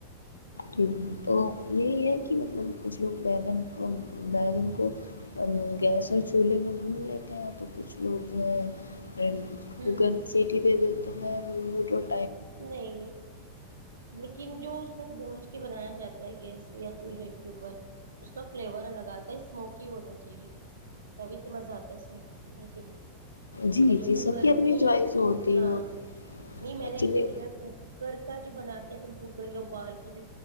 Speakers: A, on the left; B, on the right.
A: جٹ تو یہی ہے کہ مطلب کچھ لوگ بیگن کو بیگن کو گیس اور چولہے میں بھون لیتے ہیں تو کچھ لوگ جو ہے
B: ہوں
A: کوکر
B: ہوں
A: کی سیٹی دے دیتے ارے
B: نہیں لیکن جو اس کو بھون کے بنایا جاتا ہے گیس پہ یا چولہے کے اوپر اس کا فلیور الگ آتا ہے اسموکی ہونا چاہیے تبھی تو مزہ آتا ہے اس میں کھانے میں نہیں
A: جی
B: اور جو
A: جی
B: کوکر
A: سب کی اپنی
B: میں
A: چوائس ہوتی
B: ہاں
A: ہو
B: نہیں میں
A: ایکچولی
B: نے اکثر کوکر کا جو بناتے ہیں اپ کوکر یا ابال کے جو